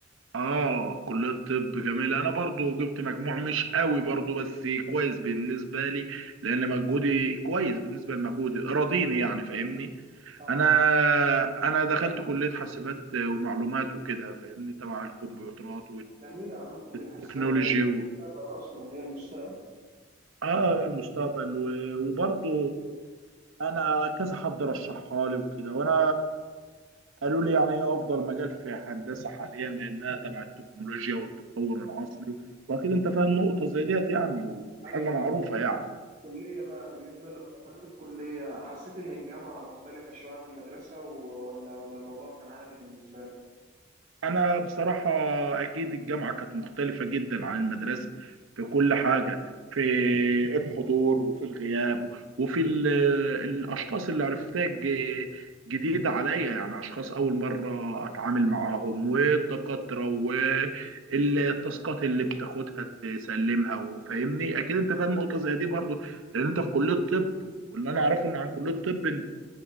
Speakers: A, on the right; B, on the right.
A: اه كلية الطب جميلة انا برضو جبت مجموع مش قوي برضو بس كويس بالنسبة لي لان مجهودي كويس بالنسبة لمجهودي راضيني يعني فاهمني
B: آه،
A: انا
B: أنا-
A: انا دخلت كلية حاسبات ومعلومات وكده فاهمني تبع الكمبيوترات
B: جميلة يا عم كلية
A: والتكنولوجي
B: حسابات ده هي المستقبل
A: و...
B: أصلا هي المستقبل
A: اه المستقبل و... وبرضو انا كذا حد رشحها لي وكده وانا قالوا لي يعني هي افضل مجال في هندسه حاليا لانها تبع التكنولوجيا والتطور العصري واكيد انت فاهم نقطه زي ديت يعني وحاجه
B: أيوه
A: معروفه
B: أيوة.
A: يعني
B: الكلية بقى بالنسبة لما دخلت الكلية حسيت إن الجامعة مختلفة شوية عن المدرسة و- ولا ولا الموضوع كان عادي بالنسبة لي؟
A: أنا بصراحة أكيد الجامعة كانت مختلفة جدا عن المدرسة في كل حاجة في الحضور وفي الغياب وفي ال- الأشخاص اللي عرفتها ج- جديدة عليا يعني أشخاص أول مرة أتعامل معاهم والدكاترة والتاسكات اللي بتاخدها تسلمها وفاهمني أكيد أنت فاهم نقطة زي دي برضو لأن أنت في كلية طب واللي أنا
B: بص
A: أعرفه إن عن كلية طب إن